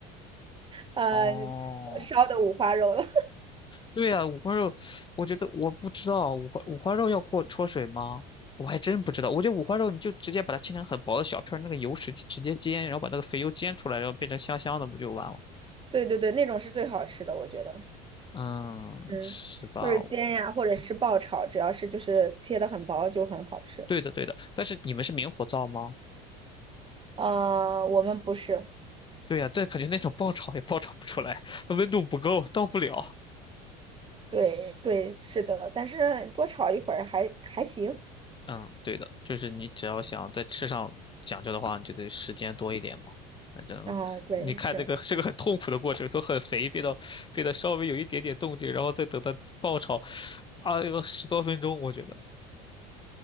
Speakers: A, on the right; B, on the left.
A: 呃
B: 哦，
A: 烧的五花肉了。<laughs>
B: 对呀、五花肉，我觉得我不知道五花五花肉要过焯水吗？我还真不知道。我觉得五花肉你就直接把它切成很薄的小片儿，那个油脂直接煎，然后把那个肥油煎出来，然后变成香香的，不就完了？
A: 对对对，那种是最好吃的，我觉得。
B: 嗯，
A: 嗯，
B: 是吧？
A: 就是煎呀，或者是爆炒，只要是就是切的很薄就很好吃。
B: 对的对的。但是你们是明火灶吗？
A: 呃，我们不是，
B: 对呀、但感觉那种爆炒也爆炒不出来，温度不够，到不了。
A: 对对，是的，但是多炒一会儿还还行。
B: 嗯，对的，就是你只要想在吃上讲究的话，你就得时间多一点嘛。反正你看这个是个很痛苦的过程，
A: 然后对，是，
B: 都很肥变到变得稍微有一点点动静，然后再等它爆炒，啊，有十多分钟，我觉得